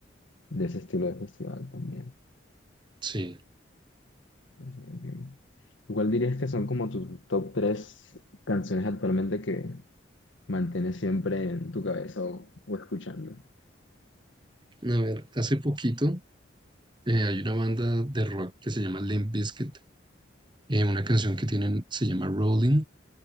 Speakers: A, on the left (about 75°); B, on the right (about 25°).
A: de ese estilo de festival también.
B: Sí,
A: Ok, ok. ¿Cuál dirías que son como tus top tres canciones actualmente que mantienes siempre en tu cabeza o, o escuchando?
B: a ver, hace poquito eh, hay una banda de rock que se llama Limp Bizkit, eh, una canción que tienen se llama Rolling.